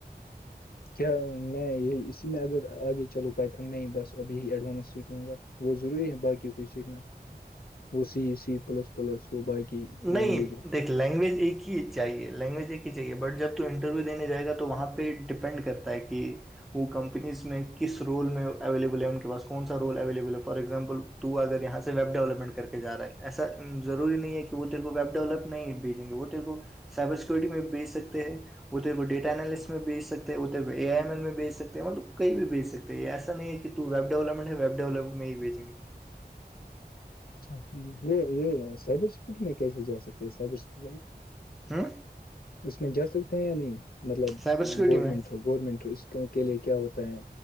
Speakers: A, on the left; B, in the centre.
A: کیا میں یہ اسی میں اگر آگے چلو پائیتن میں بس اب یہی ایڈوانس سیکھوں گا وہ ضروری ہے باقی کوھ سیکھنا وہ سی سی پلس پلس وہ باقی
B: نہیں
A: لینگویج
B: دیکھ لینگویج ایک ہی چاہیے لینگویج ایک ہی چاہیے بٹ جب تو انٹرویو دینے جائے گا تو وہاں پہ ڈیپینڈ کرتے تا کہ وہ کمپنیز میں کس رول میں اویلیبل ہے ان کے پاس کون سا رول اویلیبل ہے فار ایگزامپل اگر یہاں سے ویب ڈیولپمنٹ کر کے جا رہا ہے ایسا ضروری نہیں ہے کہ وہ تل کو ویب ڈیولپ نہیں بھیجیں گے وہ تل کو سائبر سیکورٹی میں بیچ سکتے ہیں ادھر کو ڈیٹا اینالسٹ میں بھیج ستے ہیں ادھر کو ا آئی ایم ایل میں بھی سکتے ہیں مطلب کہئی بھیج سکتے ہیں تو ایسا ہے کہ تو ویب ڈیولپمٹ ہے ویب ڈیولپمنٹ ہی بھیچیں گے
A: اچا وہ یہ سبر سکٹ میں کیسے جا سکتے ہیں سبرکٹ
B: ہاں
A: اس میں جا سکتے ہیں یا نہیں مطلب
B: سائبر سیکورٹی
A: گورنمنٹ
B: میں
A: تھرو گورنمنٹ اس کے لیے کیا ہوتا ہے